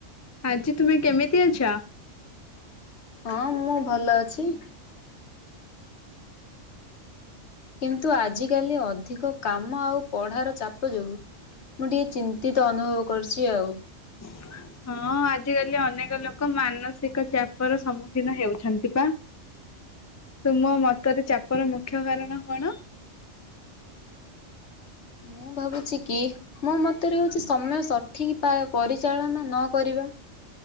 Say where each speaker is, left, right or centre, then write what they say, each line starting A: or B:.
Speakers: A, on the left; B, on the left.
A: ଆଜି ତୁମେ କେମିତି ଅଛ?
B: ହଁ ମୁଁ ଭଲ ଅଛି କିନ୍ତୁ ଆଜିକାଲି ଅଧିକ କାମ ଆଉ ପଢ଼ାର ଚାପ ଯୋଗୁଁ ମୁଁ ଟିକେ ଚିନ୍ତିତ ଅନୁଭବ କରୁଛି ଆଉ।
A: <unintelligible> ହଁ ଆଜିକାଲି ଅନେକ ଲୋକ ମାନସିକ ଚାପ ର ସମ୍ମୁଖୀନ ହେଉଛନ୍ତି ପା। ତୁମ ମତରେ ଚାପର ମୁଖ୍ୟ କାରଣ କଣ?
B: ମୁଁ ଭାବୁଛି କି ମୋ ମତରେ ହଉଛି ସମୟ ସଠିକ ପରିଚାଳନା ନ କରିବା